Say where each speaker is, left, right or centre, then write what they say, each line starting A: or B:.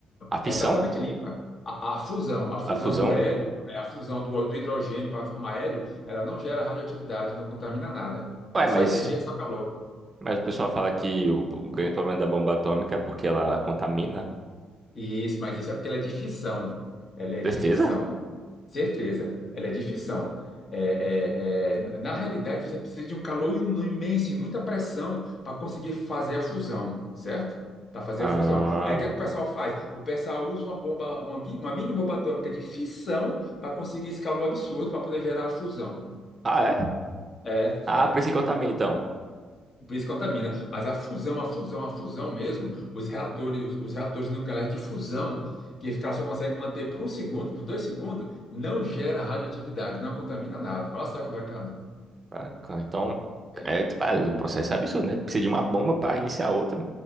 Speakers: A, on the right; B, on the left.
A: A fissão?
B: É totalmente limpa. A, a fusão, a fusão
A: A fusão?
B: do hélio, é, a fusão do, do hidrogênio para formar hélio, ela não gera radioatividade, não contamina nada.
A: Ué,
B: É
A: mas,
B: só energia, é só calor.
A: mas o pessoal fala que o, o grande problema da bomba atômica é porque ela contamina.
B: Isso, mas isso é porque ela é de ficção. Ela é
A: Certeza?
B: de ficção. Certeza, ela é de ficção. É, é, é, na na realidade, você precisa de um calor inu- imenso e muita pressão para conseguir fazer a fusão, certo? Para fazer
A: Ah,
B: a fusão. Aí o que é que o pessoal faz? O pessoal usa uma bomba, uma, bi- uma mini bomba atômica de fissão para conseguir esse calor absurdo para poder gerar a fusão.
A: ah, é?
B: É,
A: Ah,
B: é.
A: por isso que contamina, então.
B: Por isso contamina. Mas a fusão, a fusão, a fusão mesmo, os reatores, os, reatores nucleares de fusão, que o cara só consegue manter por um segundo, por dois segundos, não gera radioatividade, não contamina nada. Olha só que bacana.
A: Ah, Então,
B: É.
A: é, tipo, ah, o processo é absurdo, né? Precisa de uma bomba para iniciar outra.